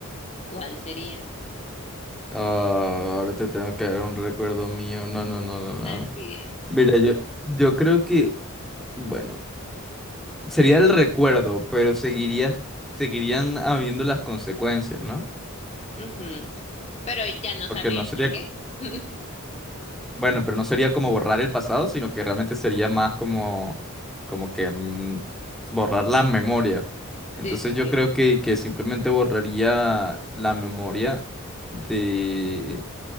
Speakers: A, on the left; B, in the centre.
A: ¿cuál sería?
B: Ah, ahora te tengo que dar un recuerdo mío. No, no, no, no, no.
A: Así es.
B: Mira, yo, yo creo que, bueno, sería el recuerdo, pero seguiría, seguirían habiendo las consecuencias, ¿no?
A: Ujú. Pero ya no sabrías
B: Porque no sería.
A: por qué. <laughs>
B: Bueno, pero no sería como borrar el pasado, sino que realmente sería más como, como que mm, borrar la memoria. Entonces
A: Sí, sí,
B: yo
A: sí.
B: creo que, que simplemente borraría la memoria de...